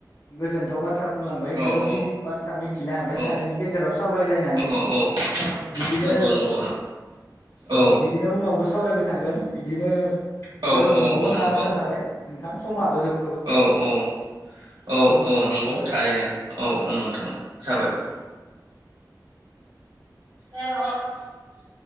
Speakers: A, on the left; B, on the right.
A: गोजोनथाव बा थ्रा बुंलांबाय
B: औ
A: जोबोद
B: औ
A: बाथ्रा मिथिनो हाबाय
B: औ
A: सानैनि गेजेराव सावरायलायनानै
B: औ औ
A: बिदिनो
B: नंगौ नंगौ औ
A: बिदिनो उनावबो सावरायबाय थागोन। बिदिनो
B: औ
A: लोगो
B: औ
A: मोनबावगोन होनना
B: नंगौ
A: आसा थाबाय। बिथां समाबो जोब
B: औ औ औ
A: नोंथां
B: औ नंगौ
A: साबायखर।
B: थारैनो औ औ नोंथां साबायखर। <unintelligible>